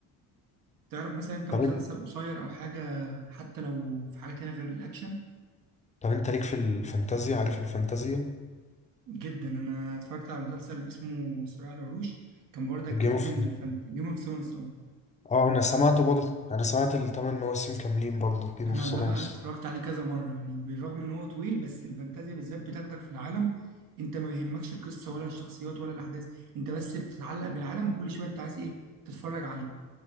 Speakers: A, on the right; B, on the left.
A: تعرف مثلا أنت
B: طب
A: مسلسل
B: انت
A: قصير أو حاجة حتى لو في حاجة تانية غير الأكشن
B: طب انت ليك في الفانتازيا عارف الفانتازيا
A: جدا أنا اتفرجت على مسلسل اسمه صراع العروش كان برضك
B: جيم
A: ليه
B: اوف
A: في الفانت... جيم اوف ثرونز اه
B: اه انا سمعته برضه انا سمعت الثمان مواسم كاملين برضه في جيم
A: انا
B: اوف ثرونز
A: ده بقى اتفرجت عليه كذا مره يعني بالرغم ان هو طويل بس الفانتازيا بالذات بتاخدك في العالم انت ما يهمكش القصه ولا الشخصيات ولا الاحداث انت بس بتتعلق بالعالم وكل شويه انت عايز ايه تتفرج عليه